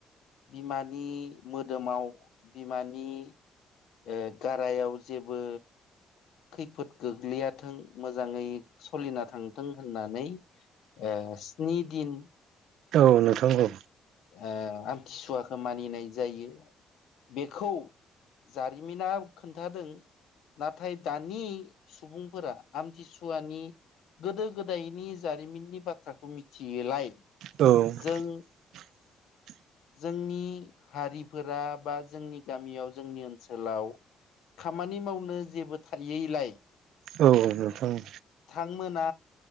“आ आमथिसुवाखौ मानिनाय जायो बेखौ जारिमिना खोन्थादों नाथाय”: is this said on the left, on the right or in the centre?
Left